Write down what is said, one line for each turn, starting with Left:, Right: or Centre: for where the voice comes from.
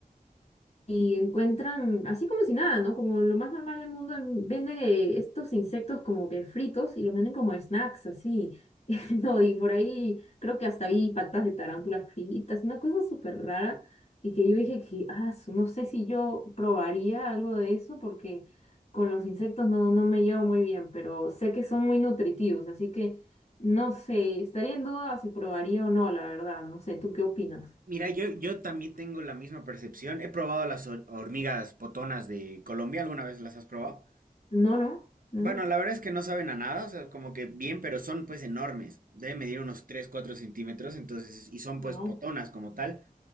Left: y encuentran, así como si nada, ¿no? Como lo más normal del mundo, en- venden eh, estos insectos como que fritos y los venden como snacks, así. <laughs> No, y por ahí creo que hasta vi patas de tarántula fritas, una cosa súper rara. Y que yo dije que, ah, su- no sé si yo probaría algo de eso porque con los insectos no, no me llevo muy bien, pero sé que son muy nutritivos, así que no sé, estaría en duda si probaría o no, la verdad, no sé, ¿tú qué opinas?
Right: Mira, yo, yo también tengo la misma percepción. He probado las hor- hormigas potonas de Colombia, ¿alguna vez las has probado?
Left: No, no, no,
Right: Bueno, la verdad es que no saben a nada, o sea, como que bien, pero son pues enormes. Deben medir unos 3, 4 centímetros, entonces, y son
Left: wow.
Right: pues potonas como tal.